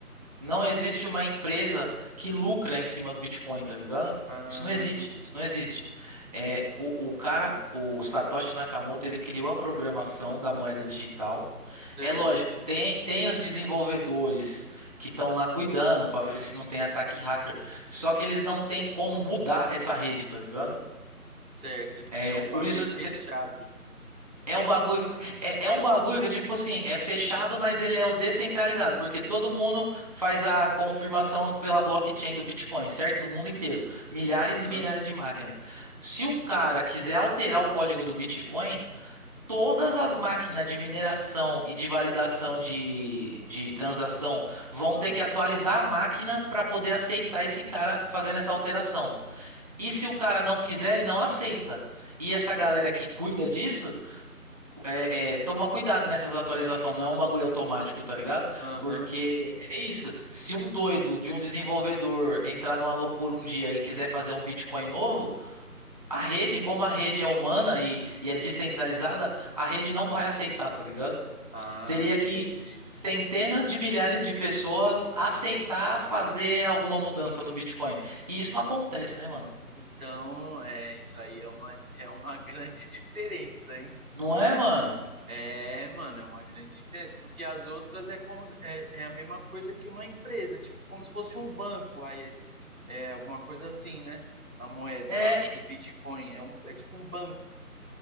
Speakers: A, on the right (about 25°); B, on the right (about 65°).
A: Não existe uma empresa que lucra em cima do Bitcoin, tá ligado?
B: ah,
A: Isso não existe, isso não existe. É, o, o cara, o Satoshi Nakamoto, ele criou a programação da moeda digital.
B: certo,
A: É lógico, tem, tem os desenvolvedores que estão lá cuidando para ver se não tem ataque hacker. Só que eles não têm como mudar essa rede, tá ligado?
B: certo. Ele
A: É
B: criou
A: por
B: um bagulho
A: isso.
B: fechado.
A: É um bagulho, é, é um bagulho que é tipo assim, é fechado, mas ele é o descentralizado, porque todo mundo faz a confirmação pela blockchain do Bitcoin, certo? No mundo inteiro. Milhares
B: Aham,
A: e milhares de máquinas. Se o cara quiser alterar o código do Bitcoin, todas as máquinas de mineração e de validação de, de transação vão
B: ah,
A: ter que atualizar a máquina para poder aceitar esse cara fazendo essa alteração. E se o cara não quiser, ele não aceita. E essa galera
B: certo.
A: que cuida disso. É, é, toma cuidado nessas atualizações, não é um bagulho automático, tá ligado?
B: Aham.
A: Porque é isso. Se um doido de um desenvolvedor entrar numa loucura um dia e quiser fazer um Bitcoin novo, a rede, como a rede é humana e, e é descentralizada, a rede não vai aceitar, tá ligado?
B: Ah,
A: Teria
B: entendi.
A: que centenas de milhares de pessoas aceitar fazer alguma mudança no Bitcoin. E isso não acontece, né, mano?
B: Então, é, isso aí é uma, é uma <laughs> grande diferença, hein?
A: Não é, mano?
B: É, mano, é uma grande diferença, porque as outras é como se- é, é a mesma coisa que uma empresa, tipo como se fosse um banco, aí é alguma coisa assim, né? A moeda,
A: É,
B: a- o Bitcoin é um, é tipo um banco.